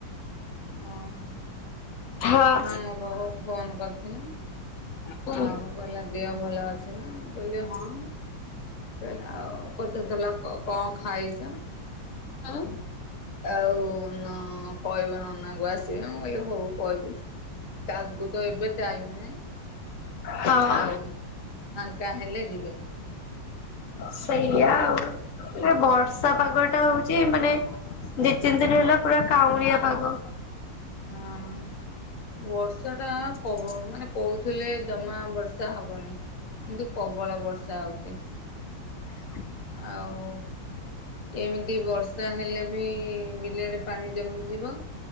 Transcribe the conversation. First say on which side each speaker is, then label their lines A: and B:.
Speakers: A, on the left; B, on the left.
A: ଓହୋ
B: ହଁ
A: ନା ମୋ ପାଖକୁ ଫୋନ କରିଥିଲା
B: ହଁ।
A: ଆଉ କହିଲା ଦେହ ଭଲ ଅଛି ନା ମୁଁ କହିଲି ହଁ ଆଉ ପଚାରିଥିଲା କଣ ଖାଇଛ?
B: ହଁ
A: ଆଉ ନ କହିବ ନନା କୁ ଆସିବେ ମୁଁ କହିଲି ହଉ କହିବି ତାକୁ ତ ଏବେ ଟାଇମ ନାଇଁ
B: ହଁ
A: ଆଉ ଫାଙ୍କା ହେଲେ ଯିବେ
B: ସେୟା ଆଉ ଏ ବର୍ଷା ପାଗ ଟା ହଉଛି ମାନେ ଦି ତିନି ଦିନ ହେଲା ପୁରା କାଉଁଳିଆ ପାଗ
A: ହଁ ବର୍ଷା ଟା ବ ମାନେ କହୁଥିଲେ ଜମା ବର୍ଷା ହେବନି କିନ୍ତୁ ପ୍ରବଳ ବର୍ଷା ହେଉଛି
B: <unintelligible>
A: ଆଉ ଏମିତି ବର୍ଷା ହେଲେ ବି ବିଲରେ ପାଣି ଜମିଯିବ